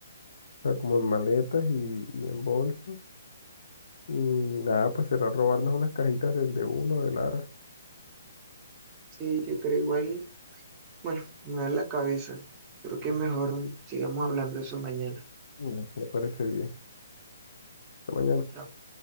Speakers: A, on the left; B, on the right.
A: O sea, como en maletas y, y en bolsos. Y nada, pues será robarnos unas cajitas del de uno, de Lara.
B: Sí, yo creo igual Bueno, me da la cabeza. Creo que mejor sigamos hablando de eso mañana.
A: Bueno, me parece bien. Hasta mañana.
B: Chao.